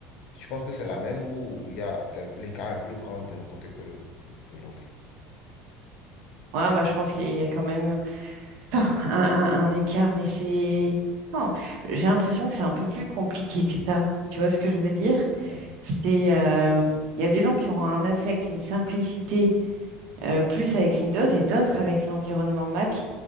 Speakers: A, on the left; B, on the right.
A: Je pense que c'est la même où il y a, c'est- l'écart est plus grand d'un côté que de l'autre.
B: Ouais, moi je pense qu'il y a quand même. Enfin, un, un- un écart, mais c'est... Non, j'ai l'impression que c'est un peu plus compliqué que ça. Tu vois ce que je veux dire?
A: Ouais.
B: C'est, euh, il y a des gens qui auront un affect, une simplicité euh, plus avec Windows et d'autres avec l'environnement Mac.